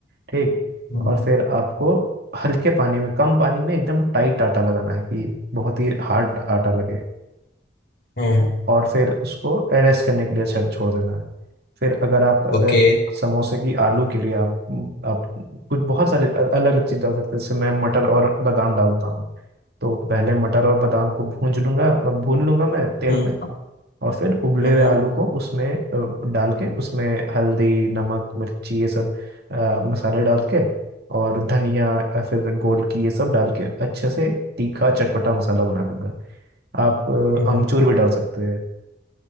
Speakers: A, on the right; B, on the left.
A: ठीक
B: हम्म
A: और फिर आपको हल्के पानी में कम पानी में एकदम टाइट आटा लगाना है कि बहुत ही हार्ड आटा लगे
B: हम्म,
A: और फिर उसको एरेस्ट करने के लिए छड़ छोड़ देना है फिर अगर आप अगर
B: ओके
A: समोसे की आलू के लिए आप आप कुछ बहुत सारे अलग अलग चीज़ डाल सकते हैं जैसे मैं मटर और बादाम डालता हूँ तो पहले मटर और बादाम को भूंज लूंगा भून लूंगा मैं तेल
B: हम्म
A: में और फिर उबले
B: हम्म
A: हुए आलू को उसमें अ, डाल के उसमें हल्दी नमक मिर्ची ये सब अ, मसाले डाल के और धनिया या फिर गोल की ये सब डाल के अच्छे से तीखा चटपटा मसाला बना लूंगा आप
B: हम्म,
A: अ, आमचूर भी डाल सकते हैं